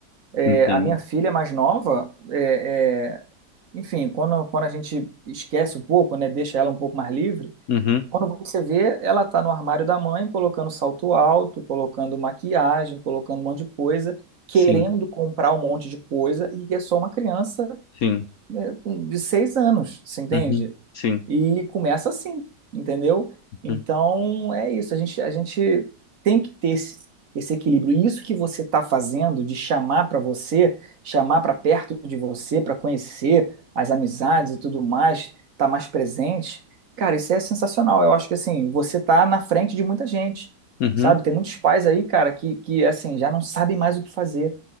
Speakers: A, on the right (about 55°); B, on the left (about 65°).
A: É,
B: Entendo.
A: a minha filha mais nova é, é, enfim, quando, quando a gente esquece um pouco, né, deixa ela um pouco mais livre,
B: Uhum,
A: quando você vê, ela tá no armário da mãe, colocando salto alto, colocando maquiagem, colocando um monte de coisa, querendo
B: sim,
A: comprar um monte de coisa, e é só uma criança,
B: sim,
A: né, com- de seis anos, você entende?
B: uhum, sim,
A: E começa assim, entendeu? Então
B: uhum,
A: é isso, a gente, a gente tem que ter esse, esse equilíbrio. E isso que você está fazendo de chamar para você, chamar para perto de você, para conhecer as amizades e tudo mais, tá mais presente, cara, isso é sensacional. Eu acho que assim, você tá na frente de muita gente,
B: uhum,
A: sabe? Tem muitos pais aí, cara, que, que assim, já não sabem mais o que fazer